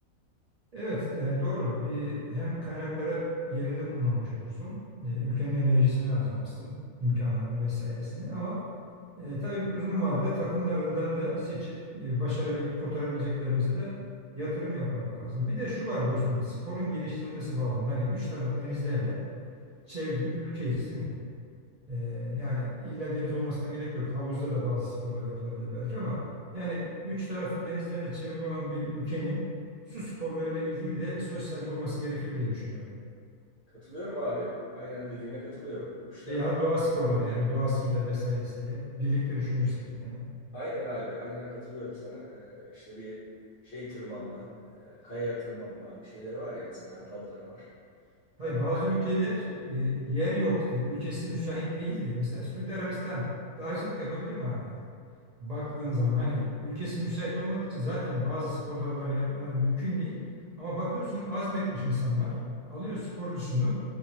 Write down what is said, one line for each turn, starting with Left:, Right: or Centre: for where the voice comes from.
Right: Evet, e, doğru. Bir hem kaynakları yerinde kullanmış olursun. E, Ülkenin enerjisini harcamazsın, imkanlarını vesairesini. Ama e, tabii uzun vadede takımlarından da seçip e, başarabilip kotarabileceklerimize de yatırım yapmak lazım. Bir de şu var dostum, sporun geliştirilmesi bağlamında hani üç tarafı denizlerle çevrili bir ülkeyiz, değil mi? Ee, yani illa deniz olmasına gerek yok. Havuzda da bazı sporlar yapılabilir belki ama yani üç tarafı denizlerle çevrili olan bir ülkenin su sporlarıyla ilgili de söz sahibi olması gerekir diye düşünüyorum.
Left: Katılıyorum abi. Aynen dediğine katılıyorum. Üç taraf.
Right: Veya doğa sporları yani doğasıyla vesairesiyle birlikte düşünürsek yani.
Left: Aynen abi. Aynen katılıyorum sana. Ee, işte bir şey tırmanma, e, kayaya tırmanma şeyleri var ya mesela dalları var.
Right: Hayır
Left: Sen,
Right: bazı ülkeler e, yer yok diye, ülkesi müsait değil diye. Mesela Suudi Arabistan dağcılık yapabilir mi abi yani? baktığın zaman hani ülkesi müsait olmadığı için zaten bazı spor dallarını yapmaları mümkün değil. Ama bakıyorsun azmetmiş insanlar alıyor sporcusunu